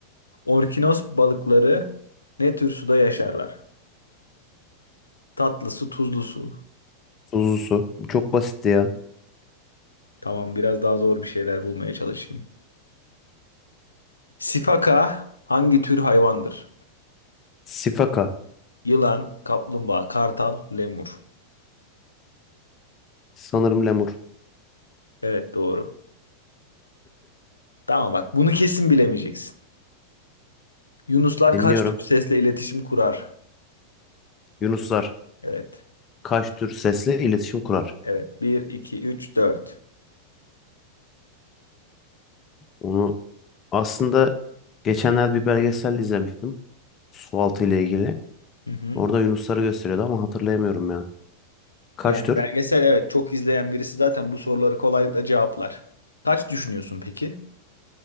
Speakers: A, on the left (about 80°); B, on the left (about 30°).
A: orkinos balıkları ne tür suda yaşarlar? Tatlı su, tuzlu su.
B: Tuzlu su. Bu çok basitti ya.
A: Tamam, biraz daha zor bir şeyler bulmaya çalışayım. Sifaka hangi tür hayvandır?
B: Sifaka.
A: Yılan, kaplumbağa, kartal, lemur.
B: Sanırım lemur.
A: Evet doğru. Tamam bak bunu kesin bilemeyeceksin. Yunuslar
B: Dinliyorum.
A: kaç tür sesle iletişim kurar?
B: Yunuslar.
A: Evet.
B: Kaç tür sesle iletişim kurar?
A: Evet. Bir, 2, 3, 4.
B: Onu aslında geçenlerde bir belgesel izlemiştim. Sualtı ile ilgili.
A: Hı hı.
B: Orada yunusları gösteriyordu ama hatırlayamıyorum ya. Kaç
A: Yani
B: tür?
A: belgesel evet çok izleyen birisi zaten bu soruları kolaylıkla cevaplar. Kaç düşünüyorsun peki?